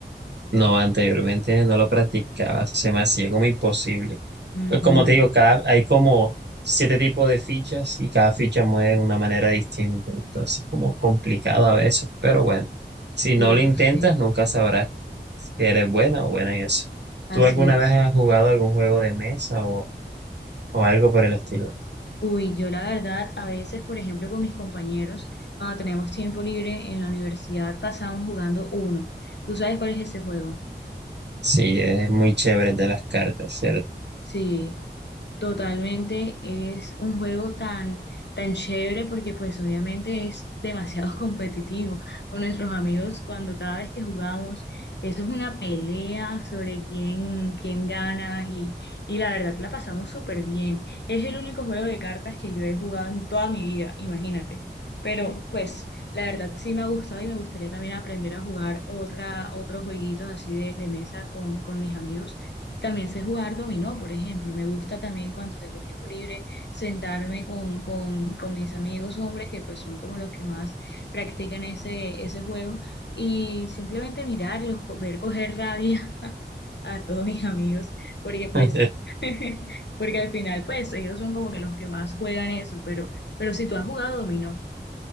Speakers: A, on the right (about 70°); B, on the left (about 70°).
A: No, anteriormente no lo practicaba, se me hacía como imposible.
B: Ujú.
A: Pues Como te digo, cada, hay como siete tipos de fichas y cada ficha mueve de una manera distinta, entonces como complicado a veces, pero bueno, si no
B: Uf,
A: lo intentas
B: sí,
A: nunca sabrás que eres buena o buena en eso.
B: así
A: ¿Tú alguna
B: es.
A: vez has jugado algún juego de mesa o, o algo por el estilo?
B: Uy, yo la verdad, a veces, por ejemplo, con mis compañeros, cuando tenemos tiempo libre en la universidad, pasamos jugando uno. ¿Tú sabes cuál es ese juego?
A: Sí, es muy chévere el de las cartas, ¿cierto?
B: Sí. Totalmente, es un juego tan, tan chévere porque pues obviamente es demasiado <laughs> competitivo con nuestros amigos cuando cada vez que jugamos, eso es una pelea sobre quién, quién gana y, y la verdad la pasamos súper bien. Es el único juego de cartas que yo he jugado en toda mi vida, imagínate. Pero pues la verdad sí me ha gustado y me gustaría también aprender a jugar otra, otros jueguitos así de, de mesa con, con mis amigos también sé jugar dominó, por ejemplo. Me gusta también cuando tengo tiempo libre sentarme con, con, con mis amigos hombres, que pues son como los que más practican ese, ese juego, y simplemente mirarlos, co- ver coger rabia <laughs> a todos mis amigos, porque pues,
A: <laughs>
B: <laughs> porque al final pues ellos son como que los que más juegan eso, pero, pero si tú has jugado dominó.